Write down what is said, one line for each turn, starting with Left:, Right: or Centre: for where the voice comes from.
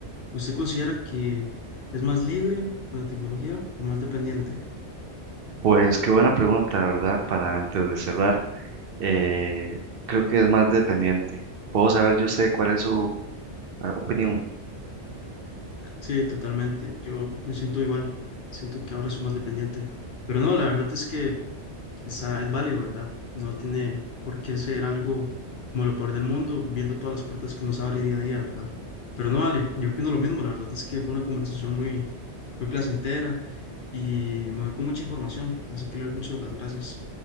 Left: ¿Usted considera que es más libre con la tecnología o más dependiente?
Right: Pues qué buena pregunta, ¿verdad? Para antes de cerrar. eh, creo que es más dependiente. Puedo saber yo sé cuál es su ah, opinión.
Left: Sí, totalmente. Yo me siento igual. Siento que ahora soy más dependiente. Pero no, la verdad es que está, es válido, ¿verdad? No tiene por qué ser algo como lo peor del mundo, viendo todas las puertas que nos abre día a día, ¿verdad? Pero no vale, yo opino lo mismo, la verdad es que fue una conversación muy, muy placentera y me voy con mucha información, así que le doy muchas las gracias.